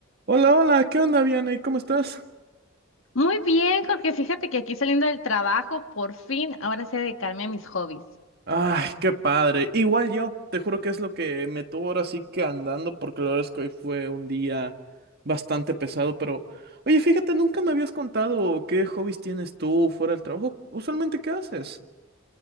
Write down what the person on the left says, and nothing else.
Muy bien, Jorge, fíjate que aquí saliendo del trabajo, por fin, ahora sé dedicarme a mis hobbies.